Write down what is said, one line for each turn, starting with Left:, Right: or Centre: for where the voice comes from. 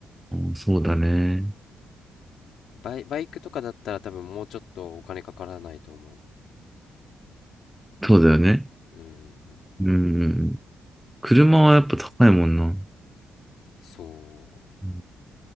Centre: あ、そうだね。
Left: バイ、バイクとかだったら多分もうちょっとお金かからないと思
Centre: そうだよね。
Left: う。うん。
Centre: うん。車はやっぱ高いもんな。う
Left: そ
Centre: ん、